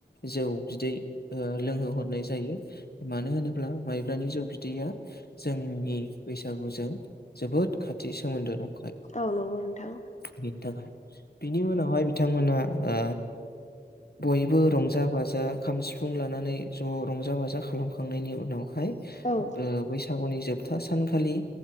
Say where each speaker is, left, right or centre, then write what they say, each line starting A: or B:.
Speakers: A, on the left (about 60°); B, on the left (about 40°).
A: जौ बिदै लोंहोहरनाय जायो मानो होनोब्ला माइब्रानि जौ बिदैया जोंनि बैसागुजों जोबोद खाथि सोमोन्दो दं
B: औ नंगौ नोंथां
A: बेनि थाखाय बिनि उनावहाय बिथांमोना ओ बयबो रंजा बाजा खाम सिफुं लानानै ज' रंजा रंजा बाजा खालामखांनायनि उनावहाय
B: औ
A: ओ बैसागुनि जोबथा सानखालि